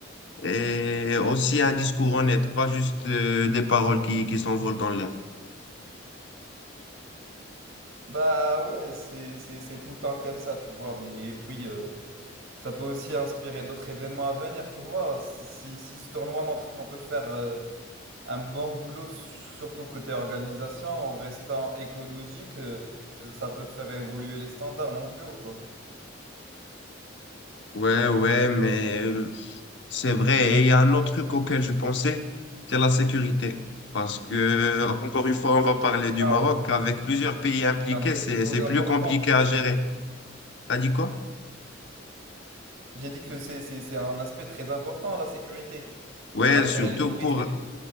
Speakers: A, on the left; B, on the right.
A: Et aussi un discours honnête,
B: Euh,
A: pas juste euh, des paroles qui, qui s'envolent dans l'air.
B: Bah ouais, c'est, c'est, c'est tout le temps comme ça, tu vois. Mais et puis, euh, ça peut aussi inspirer d'autres événements à venir, tu vois. Si, si ce tournoi montre qu'on peut faire euh, un bon boulot, surtout côté organisation, en restant écologique, euh, ça peut faire évoluer les standards mondiaux, quoi.
A: Ouais, ouais, mais euh, c'est vrai. Et il y a un autre truc auquel je pensais, c'est la sécurité. Parce que, encore une fois, on va parler du
B: Ah
A: Maroc.
B: ouais.
A: Avec plusieurs pays impliqués,
B: C'est un truc
A: c'est,
B: trop
A: c'est
B: important.
A: plus compliqué à gérer. T'as dit quoi?
B: J'ai dit que c'est, c'est, c'est un aspect très important, la sécurité,
A: Ouais,
B: pour attirer
A: surtout
B: les touristes
A: pour,
B: et tout.